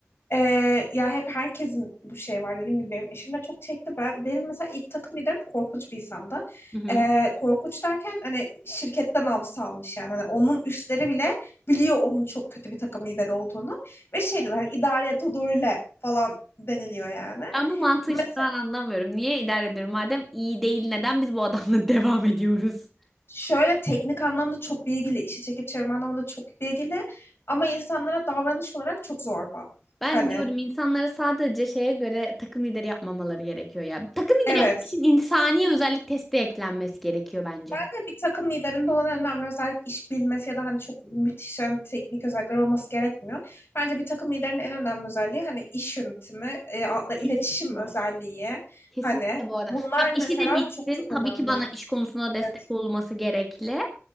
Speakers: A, on the left; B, in the centre.
A: Ee, ya hep herkesin bu şey var dediğim gibi benim eşim de çok çekti. Ben benim mesela ilk takım liderim korkunç bir insandı.
B: Hı hı.
A: Ee, korkunç derken hani şirketten namsa almış yani. Hani onun üstleri bile biliyor onun çok kötü bir takım lideri olduğunu ve şey diyorlar hani idare et o da öyle falan deniliyor yani.
B: Ben bu mantığı
A: Mesela
B: hiçbir zaman anlamıyorum. Niye idare ediyorum? Madem iyi değil neden biz bu adamla <laughs> devam ediyoruz?
A: şöyle teknik anlamda çok bilgili, işi çekip çevirme anlamında çok bilgili ama insanlara davranış olarak çok zorba.
B: Ben
A: Hani
B: diyorum insanlara sadece şeye göre takım lideri yapmamaları gerekiyor ya. Takım lideri
A: evet.
B: yapmak için insani özellik testi eklenmesi gerekiyor bence.
A: Bence bir takım liderinde olan en önemli özellik iş bilmesi ya da hani çok müthiş yani teknik özellikler olması gerekmiyor. Bence bir takım liderinin en önemli özelliği hani iş yönetimi, e, atla- iletişim
B: Kesinlikle.
A: özelliği
B: Kesinlikle
A: hani
B: bu arada.
A: bunlar
B: Tabii
A: mesela
B: işi de bilsin.
A: çok çok önemli.
B: Tabii ki bana iş konusunda
A: Evet.
B: destek olması gerekli.